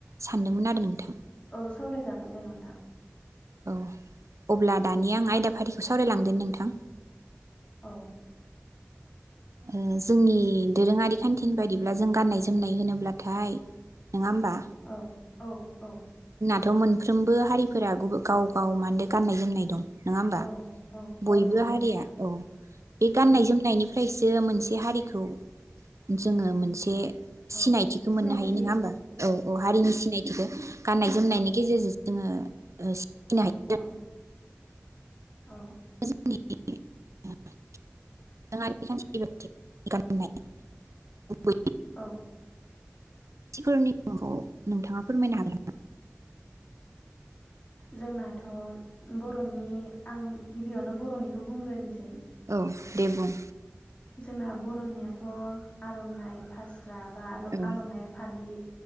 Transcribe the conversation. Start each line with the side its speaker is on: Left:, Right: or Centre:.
Right: सानदोंमोन आरो नोंथां
Left: औ सावराय जागोन दे नोंथां।
Right: औ अब्ला दानिया आं आयदाफारिखौ सावरायलांदोनि नोंथां।
Left: औ
Right: ओ जोंनि दोरोङारि खान्थिनि बायदिब्ला जों गान्नाय जोमनाय होनोब्लाथाय नङा होमबा
Left: औ औ औ
Right: थ मोनफ्रोमबो हारिफोरा गुबो गाव गाव माहोनो गाननाय जोमनाय दं। नोङा ओमबा
Left: औ औ
Right: बयबो
Left: औ नंगौ
Right: हारिया
Left: नोंथां
Right: औ बे गाननाय
Left: औ
Right: जोमनायनिफा फायसो मोनसे हारिखौ जोङो मोनसे सिनायथिखौ
Left: औ सिनायथि
Right: मोननो हायो नङा ओमबा औ औ हारिनि सिनायथिखौ गाननाय जोमनायनि
Left: औ
Right: गेजेरजों जोङो ओ सिनायनो
Left: औ औ
Right: <unintelligible> <unintelligible>
Left: औ
Right: थि फोरनि मुंखौ नोंथाङा फोरमायनो हागोन नामा?
Left: जोंनाथ' बर'नि आं गिबियावनो बर'निखौ बुंग्रोनिसै।
Right: औ दे बुं।
Left: जोंना बर'नियाथ आर'नाइ, फास फ्रा बा आल
Right: उम
Left: आर'नाइ फालि